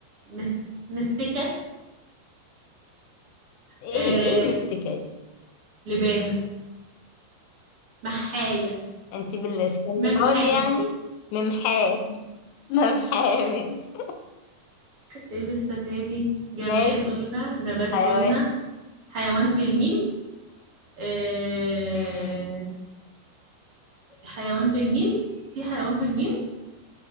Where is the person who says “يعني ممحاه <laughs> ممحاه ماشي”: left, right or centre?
Left